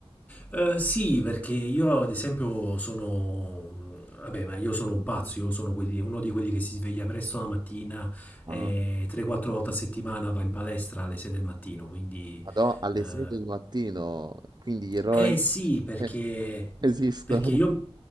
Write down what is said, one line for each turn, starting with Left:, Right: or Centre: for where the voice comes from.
Left: Eh, sì, perché io ad esempio sono... Vabbè, ma io sono un pazzo, io sono quelli- uno di quelli che si sveglia presto la mattina e
Right: Ah,
Left: 3-4 volte a settimana va in palestra alle 6 del mattino, quindi
Right: madò, alle
Left: eh,
Right: 6 del mattino, quindi gli eroi
Left: Eh sì, perché,
Right: <laughs> esistono.
Left: perché io...